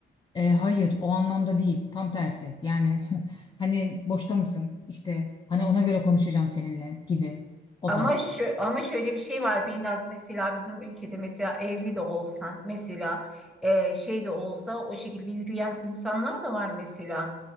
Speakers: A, on the left; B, in the centre.
A: E, hayır, o anlamda değil. Tam tersi. Yani <laughs> hani boşta mısın? İşte hani ona göre konuşacağım seninle gibi o
B: Ama
A: tarz.
B: şu, ama şöyle bir şey var biraz mesela bizim ülkede mesela evli de olsan mesela e, şey de olsa o şekilde yürüyen insanlar da var mesela.